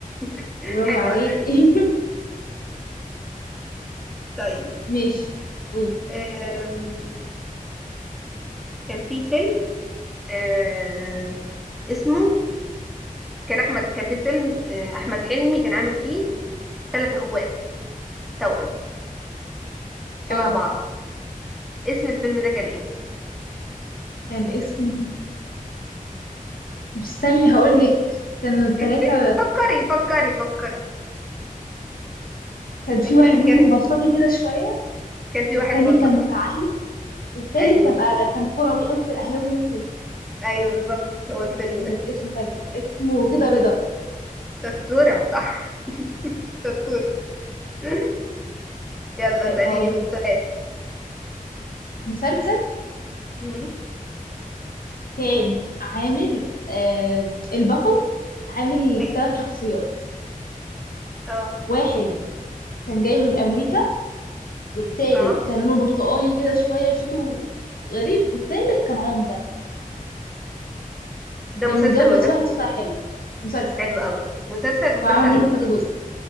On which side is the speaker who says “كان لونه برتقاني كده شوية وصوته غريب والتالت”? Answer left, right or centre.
Left